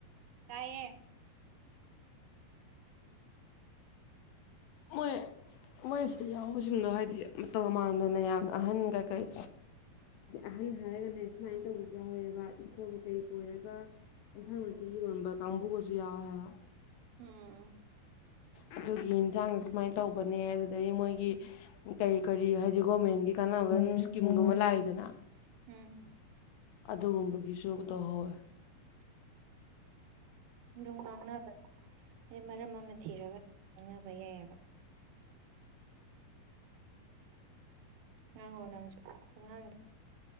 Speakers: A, on the right; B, on the left.
A: ꯇꯥꯏꯌꯦ
B: ꯃꯣꯏ ꯃꯣꯏ ꯑꯁꯤꯗ ꯌꯥꯎꯕꯁꯤꯡꯗꯣ ꯍꯥꯏꯗꯤ ꯃꯇꯧ ꯃꯥꯟꯗꯅ ꯌꯥꯝꯅ ꯑꯍꯟ ꯀꯩꯀꯩ ꯑꯍꯟ ꯍꯥꯏꯔꯒꯅꯦ ꯁꯨꯃꯥꯏꯅ ꯇꯧꯕꯁꯨ ꯌꯥꯎꯋꯦꯕ ꯏꯪꯈꯣꯜ ꯀꯩꯀꯩ ꯀꯣꯏꯔꯒ ꯏꯟꯁꯥꯡ ꯅꯥꯄꯤ ꯌꯣꯟꯕ ꯀꯥꯡꯕꯨꯒꯁꯨ ꯌꯥꯎꯋꯦ ꯍꯥꯏꯕ
A: ꯎꯝ
B: ꯑꯗꯨꯒꯤ ꯌꯦꯟꯁꯥꯡꯁꯦ ꯁꯨꯃꯥꯏꯅ ꯇꯧꯕꯅꯦ ꯑꯗꯨꯗꯒꯤ ꯃꯣꯏꯒꯤ ꯀꯔꯤ ꯀꯔꯤ ꯍꯥꯏꯗꯤ ꯒꯣꯔꯃꯦꯟꯒꯤ ꯀꯥꯟꯅꯕ ꯑꯗꯨ ꯏꯁꯀꯤꯝꯒꯨꯝꯕ ꯂꯥꯛꯏꯗꯅ
A: ꯎꯝ
B: ꯑꯗꯨꯒꯨꯝꯕꯒꯤꯁꯨ ꯇꯧꯍꯧꯋꯦ
A: ꯑꯗꯨꯝ ꯉꯥꯡꯅꯕꯅꯦ ꯑꯩ ꯃꯔꯝ ꯑꯃ ꯊꯤꯔꯒ ꯉꯥꯡꯅꯕ ꯌꯥꯏꯌꯦꯕ ꯉꯥꯡꯉꯣ ꯅꯪꯁꯨ ꯄꯪꯉꯥꯡꯗ